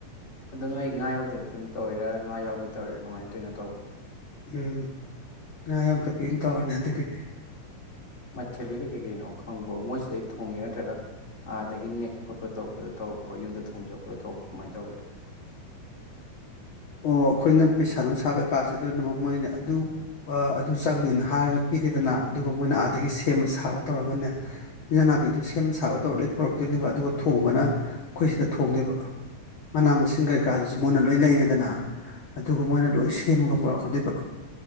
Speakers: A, on the left; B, on the left.
A: ꯑꯗꯣ ꯅꯣꯏ ꯉꯥ ꯌꯥꯎꯗꯕꯤꯗꯤ ꯑꯗꯨꯝ ꯇꯧꯔꯤꯔꯥ ꯉꯥ ꯌꯥꯎꯕ ꯇꯧꯔꯤꯔꯥ ꯀꯃꯥꯏꯅ ꯇꯧꯔꯤꯅꯣ ꯇꯧꯕꯗꯤ
B: ꯎꯝ ꯉꯥ ꯌꯥꯎꯗꯕꯤ ꯑꯣꯏ ꯇꯧꯔꯅꯤ ꯍꯟꯗꯛꯀꯤꯗꯤ
A: ꯃꯊꯦꯜꯗꯤ ꯀꯩ ꯀꯩ ꯀꯩꯅꯣ ꯈꯪꯕ꯭ꯔꯣ ꯃꯣꯏꯁꯤꯗꯩ ꯊꯣꯡꯉꯤꯔ ꯅꯠꯇ꯭ꯔꯒ ꯑꯥꯗꯒꯤ ꯅꯦꯛꯄ ꯈꯣꯠꯄ ꯇꯧꯕꯗꯣ ꯇꯧꯕ꯭ꯔꯣ ꯌꯨꯝꯗ ꯊꯣꯡꯖꯕꯄꯗꯣ ꯇꯧꯕ꯭ꯔꯣ ꯀꯃꯥꯏꯅ ꯇꯧꯒꯦ
B: ꯑꯣ ꯑꯩꯈꯣꯏꯅ ꯄꯩꯁꯥ ꯅꯨꯡꯁꯥ ꯀꯩꯀꯥꯥꯁꯦ ꯂꯣꯏꯅꯃꯛ ꯃꯣꯏꯅ ꯑꯗꯨ ꯑꯗꯨ ꯆꯪꯉꯅꯤꯅ ꯍꯥꯏꯔꯒ ꯄꯤꯔꯦꯗꯅ ꯑꯗꯨꯒ ꯃꯣꯏꯅ ꯑꯥꯗꯒꯤ ꯁꯦꯝꯕ ꯁꯥꯕ ꯇꯧꯔꯒꯅꯦ ꯏꯟꯖꯥꯡ ꯅꯥꯄꯤꯗꯨ ꯁꯦꯝ ꯁꯥꯕ ꯇꯧꯔ ꯂꯣꯏ ꯄꯨꯔꯛꯇꯣꯏꯅꯦꯕ ꯑꯗꯨꯒ ꯊꯣꯡꯕꯅ ꯑꯩꯈꯣꯏ ꯁꯤꯗ ꯊꯣꯡꯗꯣꯏꯕ ꯃꯅꯥ ꯃꯁꯤꯡ ꯀꯩꯀꯥꯗꯨꯁꯨ ꯃꯣꯏꯅ ꯂꯣꯏ ꯂꯩꯔꯦꯗꯅ ꯑꯗꯨꯒ ꯃꯣꯏꯅ ꯂꯣꯏ ꯁꯦꯝꯃꯒ ꯄꯨꯔꯛꯀꯗꯣꯏꯕ